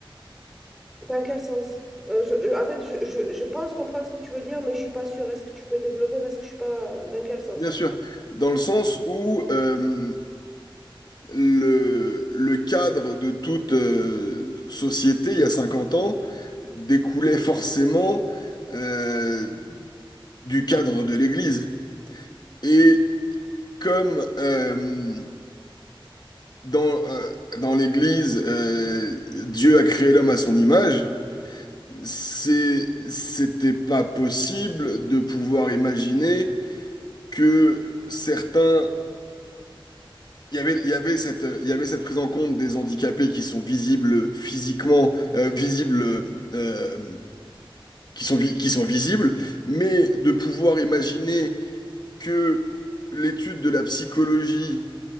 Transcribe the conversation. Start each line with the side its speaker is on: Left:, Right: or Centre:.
Centre: Dans quel sens? Euh, je, euh, en fait, je, je- je pense comprendre ce que tu veux dire, mais je suis pas sûre. Est-ce que tu peux développer parce que je suis pas... euh, Dans quel sens?
Left: Bien sûr, dans le sens où euh, le, le cadre de toute euh, société il y a 50 ans découlait forcément euh, du cadre de l'Église. Et comme euh, dans, euh, dans l'Église, euh, Dieu a créé l'homme à son image, c'est, c'était pas possible de pouvoir imaginer que certains, il y avait, il y avait cette, il y avait cette prise en compte des handicapés qui sont visibles physiquement, euh, visibles, euh, qui sont, vi- qui sont visibles, mais de pouvoir imaginer que l'étude de la psychologie,